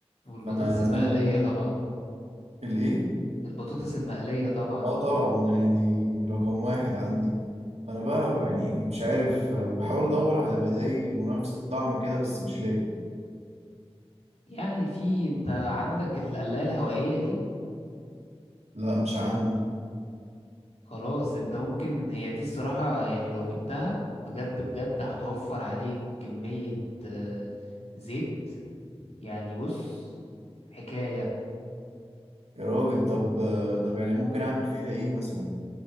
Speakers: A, on the left; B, on the right.
A: والبطاطس
B: فأنا
A: المقلية
B: زي ما تقول
A: طبعا
B: الإيه؟
A: البطاطس المقلية طبعا
B: اه طبعا يعني دي رقم واحد عندي فانا بقى, بقى يعني مش عارف آه، بحاول ادور على بدايل يبقوا نفس الطعم كده بس مش لاقي
A: يعني في انت عندك القلاية الهوائية دي
B: لا مش عندي
A: خلاص انت ممكن هي دي الصراحة يعني لو جبتها بجد بجد هتوفر عليك كمية آه، زيت يعني بص حكاية
B: يا راجل طب آه، طب يعني ممكن اعمل فيها ايه مثلا